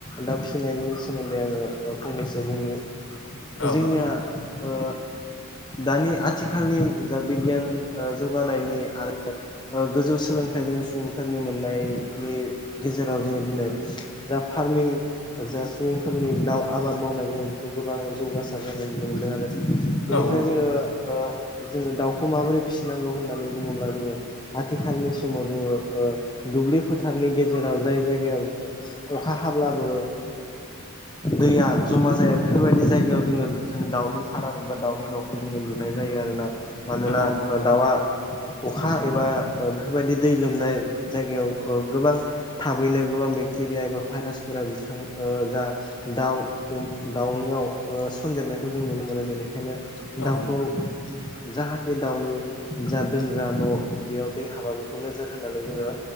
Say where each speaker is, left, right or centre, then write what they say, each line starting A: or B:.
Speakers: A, on the left (about 20°); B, on the left (about 75°).
A: दाउ फिसिनायनि सोमोन्दै आङो ओ फंनैसो बुंनि।
B: औ
A: जोंनिया ओ दानि आथिखालनि जा बिगियान ओ जौगानायनि आरो ओ गोजौ सोलोंथाइजों सुबुंफोरनि मोननायनि गेजेराव जोङो दिनै जा फार्मिं जा सुबुंफोरनि दाउ आबाद मावनाय जोङो खौ गोबां जौगासार जानाय नुनो मोनदों आरो,
B: औ
A: बेनिफ्राय जोङो जोङो दाउखौ माबोरै फिसिनांगौ? होननानै बुङोब्ला जोङो आथिखालनि समाव जोङो दुब्लि फोथारनि गेजेराव जाय जायगायाव अखा हाब्लाबो दैया जमा जाया। बेफोरबायदि जायगायाव जोङो जों दाउनि फार्म एबा दाउनि न'खौ जोङो लुनाय जायो आरोना। मानोनना
B: औ नंगौ
A: दाउवा अखा एबा बेफोरबायदि दै लोमनाय जायगायाव गोबां थाबैनो गोबां बेक्टेरिया एबा भाइरासफोरा बिथां जा दाउ दाउनियाव सनन्देरनायखौ जों नुनो मोनो, बेनिखायनो
B: औ
A: दाउखौ जाहाथे दावउनि जा दोनग्रा न' बेयाव दै हाबा बेखौ नोजोर होनानै जोङो